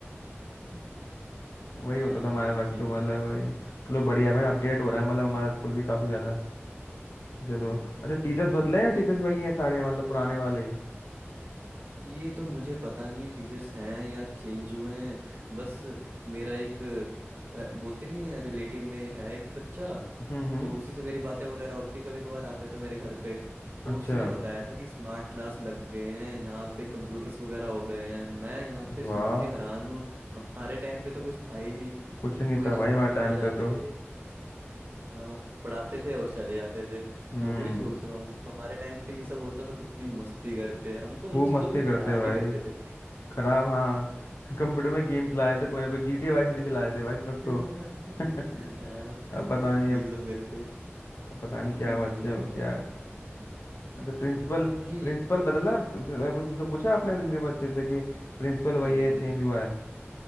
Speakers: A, on the right; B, on the left.
A: <laughs>
B: <laughs> वही होता
A: हाँ
B: था हमारे
A: वही
B: वक्त तो मतलब वही चलो बढ़िया है भाई अपडेट हो रहा है मतलब हमारा स्कूल भी काफी ज्यादा चलो
A: चीज
B: अच्छा टीचर्स बदले हैं या टीचर्स वही हैं सारे हैं मतलब पुराने वाले ही
A: ये तो मुझे पता नहीं है टीचर्स हैं या चेंज हुए हैं बस मेरा एक अ, बोलते नहीं है रिलेटिव में है एक बच्चा
B: हम्म हम्म
A: तो उसी से मेरी बातें वगैरह होती कभी कभार आता है तो मेरे घर पे तो
B: अच्छा
A: उसी ने बताया था कि स्मार्ट क्लास लग गए हैं यहाँ पे कंप्यूटर्स वगैरह हो गए हैं मैं यहाँ पे
B: वाह
A: सुन के हैरान हूँ हमारे टाइम पे तो कुछ था ही नहीं
B: कुछ नहीं
A: वही
B: था
A: नॉर्मल
B: भाई हमारे
A: टीचर
B: टाइम पे
A: आते
B: तो
A: थे हाँ पढ़ाते थे और चले जाते थे
B: हम्म
A: मैं वही सोच रहा हूँ हमारे टाइम पे ये सब होता तो कितनी मस्ती करते हम तो
B: खूब
A: उन चीजों
B: मस्ती
A: को
B: करते
A: खराब
B: भाई
A: ही करते थे
B: खराब हाँ <laughs> कंप्यूटर में गेम चलाए थे कोई ना कोई G T Y C D चलाए
A: हम्म,
B: थे भाई इस वक्त
A: <laughs>
B: तो <laughs>
A: हाँ <laughs>
B: अब पता नहीं
A: यही
B: अब
A: सब करते
B: अब पता नहीं क्या
A: हम्म,
B: बच्चे
A: मुझे भी
B: अब
A: बहुत
B: क्या
A: हम्म, हम्म,
B: अच्छा प्रिंसिपल
A: मुझे ये
B: प्रिंसिपल बदला प- प- कुछ पूछा पूछा आपने रिलेटिव बच्चे से कि प्रिंसिपल
A: नहीं
B: वही है चेंज हुआ है